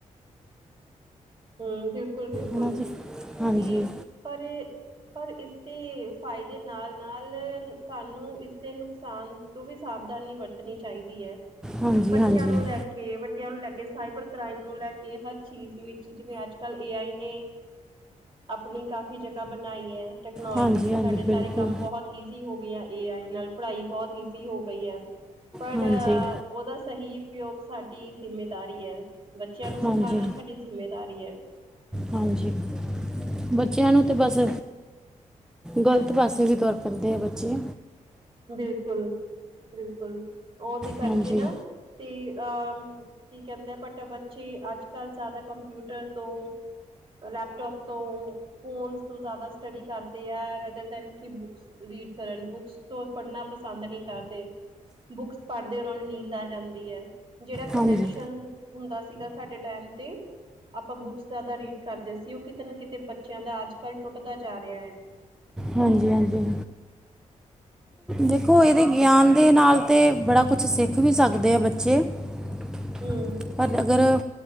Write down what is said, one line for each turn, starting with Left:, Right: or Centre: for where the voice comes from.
Right: ਹੂੰ, ਬਿਲਕੁਲ-ਬਿਲਕੁਲ
Centre: ਹੈ ਨਾ ਜੀ ਹਾਂਜੀ
Right: ਕਿ ਪਰ ਇ ਪਰ ਇਸਦੇ ਫਾਇਦੇ ਨਾਲ-ਨਾਲ ਸਾਨੂੰ ਇਸਦੇ ਨੁਕਸਾਨ ਤੋ ਵੀ ਸਾਵਧਾਨੀ ਵਰਤਣੀ ਚਾਈਦੀ ਐ।
Centre: ਹਾਂਜੀ
Right: ਬੱਚਿਆਂ
Centre: ਹਾਂਜੀ
Right: ਨੂੰ ਲੈ ਕੇ ਵੱਡਿਆਂ ਨੂੰ ਲੈ ਕੇ ਸਾਈਬਰ ਕ੍ਰਾਈਮ ਨੂੰ ਲੈ ਕੇ ਹਰ ਚੀਜ਼ ਵਿੱਚ ਜਿਵੇਂ ਅੱਜ-ਕੱਲ੍ਹ ਏ ਆਈ ਨੇ ਆਪਣੀ ਕਾਫ਼ੀ ਜਗ੍ਹਾ ਬਣਾਈ ਐ। ਟੈਕਨੋਲੋਜੀ
Centre: ਹਾਂਜੀ
Right: ਵਿੱਚ
Centre: ਹਾਂਜੀ
Right: ਸਾਡੇ ਸਾਰੇ
Centre: ਬਿਲਕੁਲ
Right: ਕੰਮ ਬਹੁਤ ਈਜ਼ੀ ਹੋਗੇ ਆ ਏ ਆਈ ਨਾਲ ਪੜ੍ਹਾਈ ਬਹੁਤ ਈਜ਼ੀ ਹੋ ਗਈ ਐ ਪਰ
Centre: ਹਾਂਜੀ
Right: ਉਹਦਾ ਸਹੀ ਉਪਯੋਗ ਸਾਡੀ ਜਿੰਮੇਦਾਰੀ ਐ ਬੱਚਿਆਂ ਨੂੰ
Centre: ਹਾਂਜੀ
Right: ਸਿਖਾਣਾ ਸਾਡੀ ਜ਼ਿੰਮੇਦਾਰੀ ਐ
Centre: ਹਾਂਜੀ, ਬੱਚਿਆਂ ਨੂੰ ਤਾਂ ਬਸ ਗ਼ਲਤ ਪਾਸੇ ਵੀ ਤੁਰ ਪੈਂਦੇ ਆ। ਬੱਚੇ
Right: ਬਿਲਕੁਲ-ਬਿਲਕੁਲ ਉਹਦੇ ਕਰਕੇ
Centre: ਹਾਂਜੀ
Right: ਨਾ ਤੇ ਅਹ ਕੀ ਕਹਿੰਦੇ ਆ। ਬਟ ਬੱਚੇ ਅੱਜਕੱਲ੍ਹ ਜ਼ਿਆਦਾ ਕੰਪਿਊਟਰ ਤੋਂ ਲੈਪਟੋਪ ਤੋਂ ਫੋਨ ਤੋਂ ਜ਼ਿਆਦਾ ਸਟੱਡੀ ਕਰਦੇ ਆ, ਰ ਬੁੱਕਸ ਰੀਡ ਕਰਨ ਬੁੱਕਸ ਪੜ੍ਹਨਾ ਪਸੰਦ ਨੀ ਕਰਦੇ। ਬੁੱਕਸ ਪੜ੍ਹਦੇ ਉਹਨਾ ਨੂੰ ਨੀਂਦ ਆ ਜਾਂਦੀ ਐ। ਜੇੜਾ ਕਨੈਕਸ਼ਨ
Centre: ਹਾਂਜੀ
Right: ਹੁੰਦਾ ਸੀਗਾ। ਸਾਡੇ ਟਾਈਮ ਤੇ ਆਪਾਂ ਬੁੱਕਸ ਜ਼ਿਆਦਾ ਰੀਡ ਕਰਦੇ ਸੀ। ਉਹ ਕਿਤੇ ਨਾ ਕਿਤੇ ਬੱਚਿਆਂ ਦਾ ਅੱਜਕਲ੍ਹ ਟੁੱਟਦਾ ਜਾ ਰਿਆ ਐ।
Centre: ਹਾਂਜੀ-ਹਾਂਜੀ। ਦੇਖੋ ਏਦੇ ਗਿਆਨ ਦੇ ਨਾਲ ਤੇ ਬੜਾ ਕੁਛ ਸਿੱਖ ਵੀ ਸਕਦੇ ਆ ਬੱਚੇ <unintelligible>
Right: ਹੂੰ।
Centre: ਪਰ ਅਗਰ